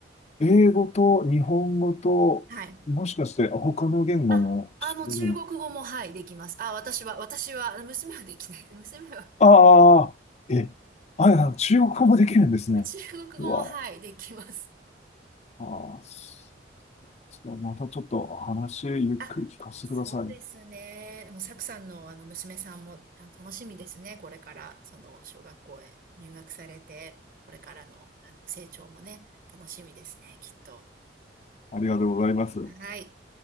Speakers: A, on the left; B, on the right.
A: 英語と日本語と、
B: はい。
A: もしかして他の言語も喋れる
B: あ、あの、中国語も、はい、できます。あ、私は、私は、娘はできない。<laughs> 娘は、
A: ああ、え、あや、中国語もできるんですね。
B: <laughs> 中国語も、
A: うわ、
B: はい、できます。
A: ああ、すまたちょっと話ゆっくり聞かせてください。
B: あ、そうですね。でも、サクさんの、あの、娘さんも、あ、楽しみですね。これから、その、小学校へ入学されて、これからの、あの、成長もね、楽しみですね、きっと。
A: ありがとうございます。
B: はい。